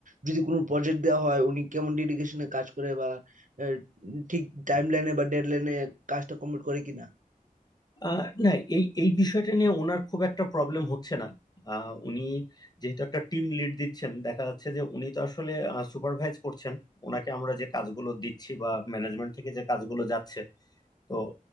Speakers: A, on the right (about 60°); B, on the left (about 25°).
A: যদি কোনো প্রজেক্ট দেওয়া হয় উনি কেমন ডেডিকেশনে কাজ করে বা আহ, ঠিক টাইম লাইনে বা ডেড লাইনে কাজটা কমপ্লিট করে কিনা
B: আহ, না এই এই বিষয়টা নিয়ে ওনার খুব একটা প্রবলেম হচ্ছে না আহ, উনি যেহেতু একটা টিম লিড দিচ্ছেন দেখা যাচ্ছে যে উনি তো আসলে সুপারভাইজ করছেন ওনাকে আমরা যে কাজগুলো দিচ্ছি বা ম্যানেজমেন্ট থেকে যে কাজগুলো যাচ্ছে তো